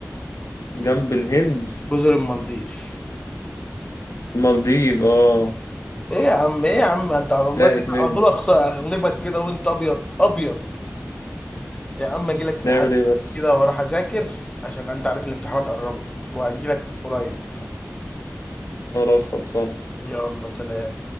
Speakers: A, on the left (about 80°); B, on the left (about 20°).
A: جنب الهند
B: جزر المالديف
A: المالديف اه
B: ايه يا عم ايه يا عم انت على الله
A: تاهت
B: كده
A: مني
B: على طول أخص- اغلبك كده وانت ابيض ابيض يا عم اجي لك في
A: نعمل
B: تحدي
A: ايه بس
B: كده وهروح اذاكر عشان انت عارف الامتحانات قربت وهجي لك قريب
A: خلاص خلصان
B: يلا سلام